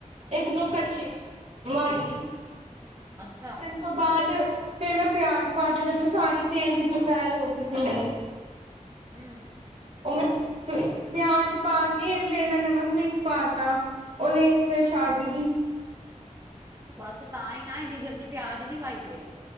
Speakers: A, on the right; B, on the right.
A: ਇੱਕ ਦੋ ਕੜਛੀ ਮਾਰੀ।
B: ਅੱਛਾ।
A: ਉਸ ਤੋਂ ਬਾਅਦ ਫੇਿਰ ਮੈਂ ਪਿਆਜ ਪਾ ਦ ਜਦੋਂ ਸਾਰੀ ਤੇਲ ਵਿੱਚ ਫਰਾਈ ਹੋ ਗਈ ਸੀੀਣੀ।
B: ਹਮ।
A: ਉਹ ਮੈਂ ਪਿਆਜ ਪਾ ਕੇ ਫੇਰ ਮੈਂ ਨਮਕ ਮਿਰਚ ਪਾ ਤਾ। ਉਹ ਲੈਸ ਛੱਡ ਗੇ।
B: ਉਹ ਬਸ ਤਾਂ ਹੀ ਨਾ ਇੰਨੀ ਜਲਦੀ। ਪਿਆਜ ਨੀ ਪਾਈ ਦੇ